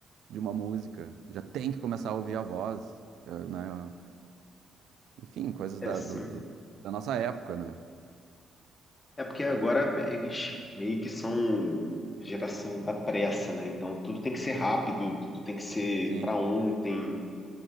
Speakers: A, on the right; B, on the left.
A: de uma música, já tem que começar a ouvir a voz, ah, né? Enfim, coisas
B: É
A: da,
B: assim.
A: do- do- da nossa época, né?
B: É porque agora eles meio que são a geração da pressa, né? Então tudo tem que ser rápido, tudo tem que ser
A: Sim,
B: para ontem.